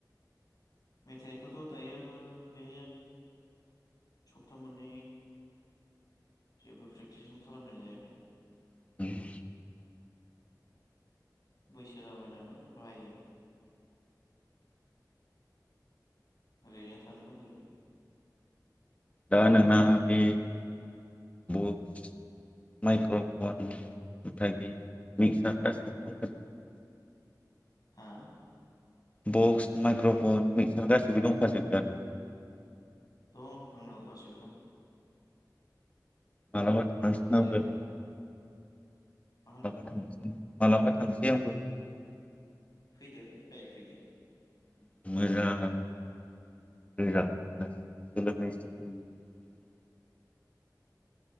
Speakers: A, on the left; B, on the left.
A: मेथाइखौथ' दायो बे सप्ता मोननै। जेबो प्रेक्टिसखौनो खालामनाय जायाखै।
B: <unintelligible>
A: बैसो जाबाय नालाय बायो ओरैनो थानो लुुबैयो।
B: दा नोंना बे बुक्स माइक्र'फन ओमफ्राय बे मिक्सार गासिबो कमपानि दं।
A: हा?
B: बक्स माइक्र'फन मिक्सार गाससिबो दंखाजोबोदा?
A: दं आंनाव गासिबो दं।
B: मालाबा थांनांसै
A: नांगौ
B: आंबो
A: जायोना मा होनदों
B: माबलाबा थांसै। माबलाबा थांसै आंबो।
A: फैदो गायफैदो।
B: <inaudible>